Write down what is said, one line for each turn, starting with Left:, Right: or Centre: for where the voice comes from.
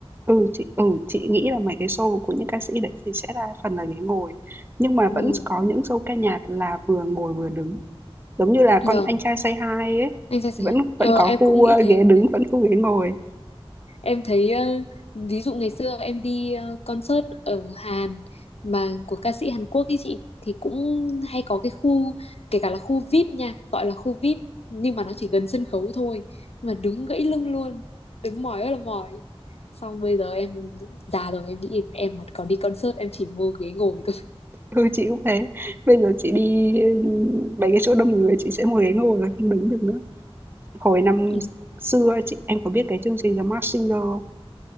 Right: Ừ, chị ừ, chị nghĩ là mấy cái show của những ca sĩ đấy thì sẽ đa phần là ghế ngồi, nhưng mà
Left: Ừ,
Right: vẫn có những show ca nhạc là vừa ngồi vừa đứng, giống như là
Left: vâng,
Right: con Anh Trai Say Hi ấy,
Left: anh ra sao?
Right: thì vẫn
Left: Ờ,
Right: vẫn có
Left: em
Right: khu,
Left: cũng nghĩ
Right: ơ,
Left: thế.
Right: ghế đứng, vẫn khu ghế ngồi.
Left: Em thấy ờ, ví dụ ngày xưa em đi ờ, concert ở Hàn mà của ca sĩ Hàn Quốc ấy chị thì cũng hay có cái khu kể cả là khu VIP nha, gọi là khu VIP nhưng mà nó chỉ gần sân khấu thôi nhưng mà đứng gãy lưng luôn, đứng mỏi ơi là mỏi. Xong bây giờ em già rồi em nghĩ em mà còn đi concert em chỉ mua ghế ngồi thôi. <laughs>
Right: Ừ, chị cũng thế, bây giờ chị đi, ừm, mấy cái chỗ đông người chị sẽ ngồi ghế ngồi rồi không đứng được nữa. Hồi năm
Left: Ừ,
Right: xưa chị em có biết cái chương trình The Masked Singer không?